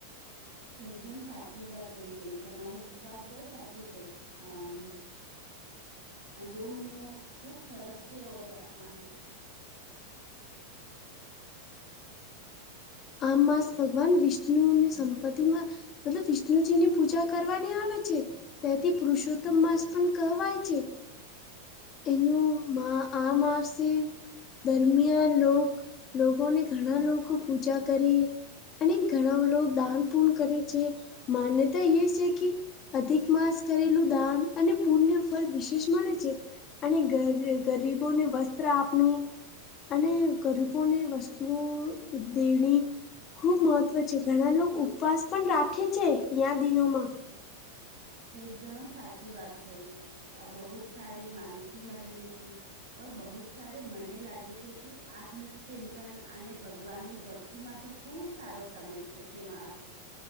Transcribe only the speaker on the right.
એકદમ સાચી વાત કહી બેન તમારી વાત બહું સાચી છે. અમ યોમિનો ખૂબ સરસ છે ઓર અ
એકદમ સાચી વાત થઈ બહુત સારી માહિતી મળી ઓર બહુ જ સાર મને લાગે છે કે આત્મચિંતન અને ભગવાનની ભક્તિ તી માટે ખૂબ સારો સમય છે તે માસ.